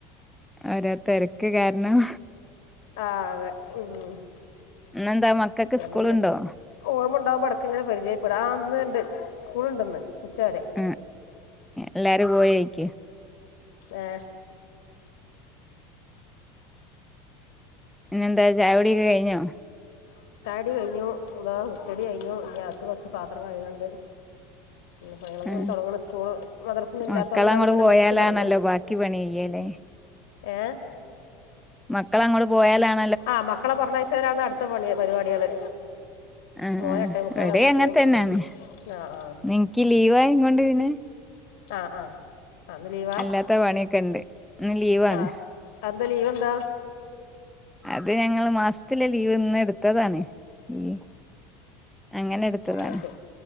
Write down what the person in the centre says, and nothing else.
ഒരോ തെരക്ക് കാരണം
ഇന്നെന്താ മക്കൾക്ക് സ്കൂളുണ്ടോ
ആ എല്ലാരും പോയേക്ക്
പിന്നെന്താ ചായികുടിയൊക്കെ കഴിഞ്ഞോ
ആ
മക്കളങ്ങോട്ട്
പോയാലാണല്ലോ
ബാക്കി പണി ചെയ്യല്ലേ
മക്കള അങ്ങട്ട പോയാലാണ്
ആ
ഇവിടെ അങ്ങനെ
തന്നെയാണ്
നിനിക്ക് ലീവായ കൊണ്ട് പിന്നെ
അല്ലാത്ത പണിയൊക്കെ ഉണ്ട് ഇന്ന് ലീവാണ്
അത് ഞങ്ങൾ മാസത്തില ലീവ് ഇന്ന് എടുത്തതാണ് ഈ അങ്ങനെ എടുത്തതാണ്